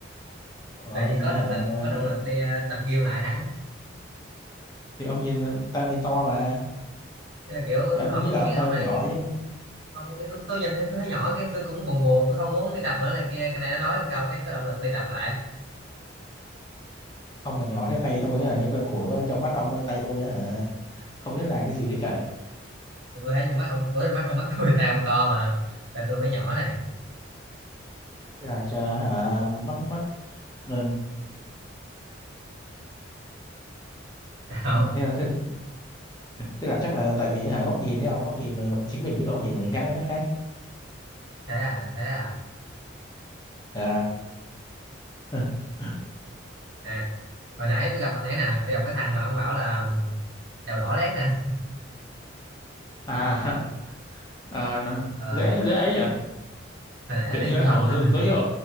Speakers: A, on the left; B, on the right.
A: ờ
B: tự nhiên
A: thì
B: có
A: ờ,
B: động
A: hả
B: lực có động lực đi ờ, tập gym lại hẳn
A: thì ông nhìn tay ông nhìn to mà
B: Thế là kiểu
A: thì ông cứ
B: hổng
A: nghĩ
B: kiểu
A: là
B: như
A: tay
B: hôm
A: ông
B: nay
A: nhỏ chứ
B: không tôi, tôi nhìn thấy tôi thấy nhỏ cái tôi cũng buồn buồn tôi không muốn đi tập nữa này kia cái này nó nói một câu cái có động lực đi tập lại
A: ông mà nhỏ thế tay tôi hả như que củi quá trong mắt ông ờ, tay tôi hả không biết là cái gì ấy trời
B: tôi thấy trong mắt ông ủa, trong mắt trong mắt tôi tay ông to mà tay tôi mới nhỏ này
A: thế là ờ, hả mắt mắt ừ,
B: <laughs> Không,
A: thế là thế, thế là chắc là tại vì hả góc nhìn đấy ông góc nhìn ờ, chính mình với góc nhìn của người khác nó khác
B: thế à, thế à.
A: à <laughs>
B: À, hồi nãy tôi gặp thằng ấy nè, tôi gặp cái thằng mà ông bảo là đầu đỏ lét nè.
A: à, à nó
B: Ờ,
A: dễ dễ ấy à
B: hồi nãy nó
A: kiểu như
B: thi chung
A: hả
B: phòng tôi.
A: giới,
B: <laughs>
A: giới thiệu